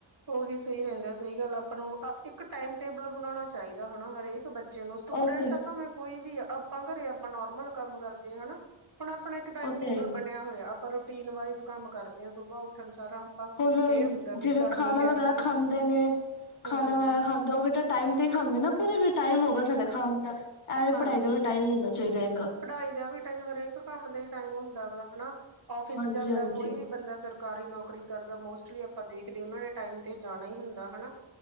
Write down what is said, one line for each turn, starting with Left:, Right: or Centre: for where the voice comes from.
Right: ਉਹੀ ਸਹੀ ਰੈਂਦਾ ਸਹੀ ਗੱਲ ਆਪਾਂ ਨੂੰ ਇੱਕ ਟਾਈਮ ਟੇਬਲ ਬਣਾਣਾ ਚਾਹੀਦਾ ਹਨਾ ਹਰੇਕ ਬੇ ਬੱਚੇ ਨੂੰ ਸਟੂਡੈਂਟ
Left: ਉਹ ਤੇ
Right: ਭਾਵੇਂ ਕੋਈ ਵੀ ਆ ਆਪਾਂ ਘਰੇ ਆਪਾਂ ਨੋਰਮਲ ਕੰਮ ਕਰਦੇ ਹਾਂ ਹਨਾ ਹੁਣ ਆਪਣੇ ਟਾਈਮ
Left: ਉਹ
Right: ਟੇਬਲ
Left: ਤੇ ਹੈ ਹੀ
Right: ਬਣਿਆ ਹੋਇਆ ਆਪਾਂ ਰੂਟੀਨ ਵਾਈਜ਼ ਕੰਮ ਕਰਦੇ ਹਾਂ ਸੁਬਾਹ ਉੱਠਣ ਸਾਰਾ ਆਪਾਂ
Left: ਹੁਣ
Right: ਇਹ ਹੁੰਦਾ ਵੀ
Left: ਜਿਵੇਂ
Right: ਗਰਮੀ
Left: ਖਾਣਾ
Right: ਹੈਗੀ
Left: ਵਗੈਰਾ
Right: ਆ
Left: ਖਾਂਦੇ ਨੇ
Right: ਹਮ
Left: ਖਾਣਾ ਵਗੈਰਾ ਖਾਂਦਾ ਉਹ ਵੀ ਤਾਂ ਟਾਈਮ ਤੇ ਹੀ ਖਾਂਦੇ ਨਾ ਪੂਰੇ ਵੀ ਟਾਈਮ ਹੋਗਿਆ ਸਾਡਾ ਖਾਣ ਦਾ ਐਵੇਂ
Right: ਹਾਂਜੀ
Left: ਪੜ੍ਹਾਈ ਦਾ ਵੀ ਟਾਈਮ ਹੋਣਾ ਚਦਾ ਇੱਕ
Right: ਪੜ੍ਹਾਈ ਦਾ ਵੀ ਟਾਈਮ ਹਰੇਕ ਕੰਮ ਦਾ ਹੀ ਟਾਈਮ ਹੁੰਦਾ ਗਾ ਹਨਾ ਆਫਿਸ
Left: ਹਾਂਜੀ
Right: ਜਾਂਦਾ
Left: ਹਾਂਜੀ
Right: ਕੋਈ ਵੀ ਬੰਦਾ ਸਰ ਸਰਕਾਰੀ ਨੌਕਰੀ ਕਰਦਾ ਮੋਸਟਲੀ ਆਪਾਂ ਦੇਖਦੇ ਉਹਨਾਂ ਨੇ ਟਾਈਮ ਤੇ ਜਾਣਾ ਹੀ ਹੁੰਦਾ ਹਨਾ